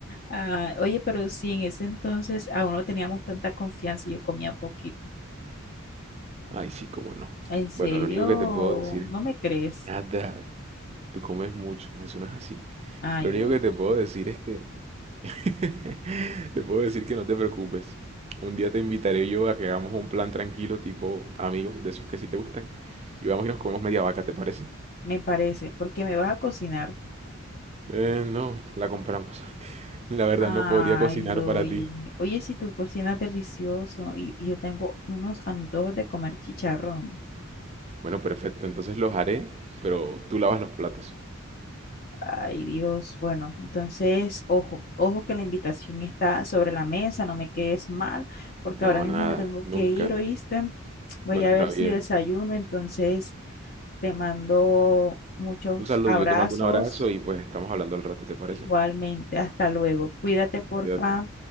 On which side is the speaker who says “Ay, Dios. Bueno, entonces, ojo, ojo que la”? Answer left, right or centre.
Left